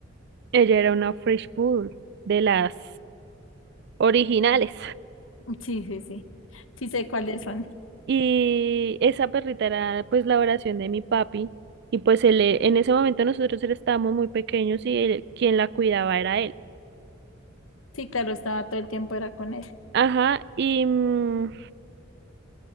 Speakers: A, on the right; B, on the left.
A: Ella era una French Poodle de las originales.
B: Sí, sí, sí. Sí sé cuáles son.
A: Y esa perrita era pues la oración de mi papi. Y pues él, eh, en ese momento nosotros era- estábamos muy pequeños y él- quien la cuidaba era él.
B: Sí, claro, estaba todo el tiempo era con él.
A: Ajá, y mm,